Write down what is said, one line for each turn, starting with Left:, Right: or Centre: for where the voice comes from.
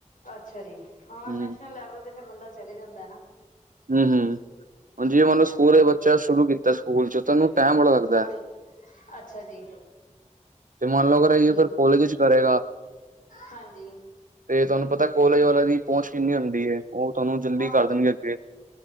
Left: ਅੱਛਾ ਜੀ, ਹਾਂ
Right: ਹੂੰ।
Left: ਨੈਸ਼ਨਲ ਲੈਵਲ ਤੇ ਫਿਰ ਬੰਦਾ ਚਲੇ ਜਾਂਦਾ ਨਾ।
Right: ਹੂੰ-ਹੂੰ, ਹੁਣ
Left: ਬੱਚੇ
Right: ਜਿਵੇਂ ਮਨ
Left: ਨੂੰ
Right: ਲੋ
Left: ਲਿਆਵੋ
Right: ਸਕੂਲ
Left: ਉੱਥੋਂ।
Right: ਚ ਬੱਚਾ ਸ਼ੁਰੂ ਕੀਤਾ ਸਕੂਲ ਚ
Left: ਕਿੱਥੇ
Right: ਤਾਂ ਉਹਨੂੰ
Left: ਗਿਆ?
Right: ਟਾਈਮ ਬੜਾ ਲੱਗਦਾ
Left: ਆਰੇ
Right: ਹੈ।
Left: ਅੱਛਾ ਜੀ।
Right: ਤੇ ਮੰਨ ਲਓ, ਅਗਰ ਇਹੀ
Left: ਠੀਕ
Right: ਓ ਫਿਰ ਕੋਲੇਜ ਚ ਕਰੇਗਾ।
Left: ਹਾਂਜੀ।
Right: ਤੇ ਤੁਹਾਨੂੰ ਪਤਾ ਕੋਲੇਜ ਵਾਲਿਆਂ ਦੀ ਪਹੁੰਚ ਕਿੰਨੀ ਹੁੰਦੀ ਹੈ, ਉਹ ਤੁਹਾਨੂੰ ਜਲਦੀ
Left: ਹਾਂ
Right: ਕਰ ਦੇਣਗੇ ਅੱਗੇ।